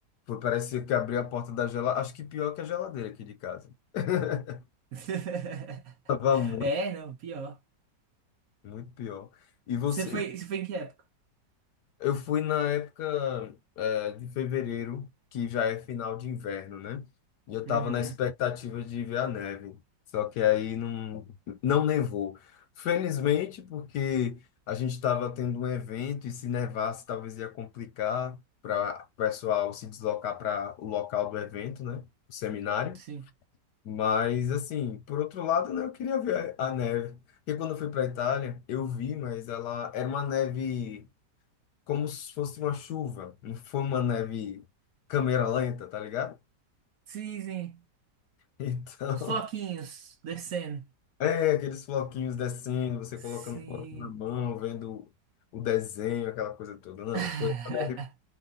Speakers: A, on the left; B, on the right.
A: foi, parecia que abriu a porta da geladeira, acho que pior que a geladeira aqui de casa. <laughs>
B: <laughs>
A: Tava muito,
B: É, não, pior.
A: muito pior. E você,
B: Você foi, você foi em que época?
A: Eu fui na época, eh, de fevereiro, que já é final de inverno, né? E eu tava
B: Uhum.
A: na Uhum. expectativa de ver a neve, só que aí não, não nevou. Felizmente, porque a gente estava tendo um evento e se nevasse talvez ia complicar para o pessoal se deslocar para o local do evento, né? O seminário.
B: Sim.
A: Mas, assim, por outro lado, né, eu queria ver a a neve. Porque quando eu fui para a Itália, eu vi, mas ela era uma neve como se fosse uma chuva, não foi uma neve câmera lenta, tá ligado?
B: Sim, sim.
A: Então,
B: Os floquinhos descendo.
A: <laughs> é aqueles floquinhos descendo, você
B: Sim.
A: colocando o floquinho na mão, vendo o desenho, aquela coisa toda. Não, foi
B: <laughs>
A: uma neve,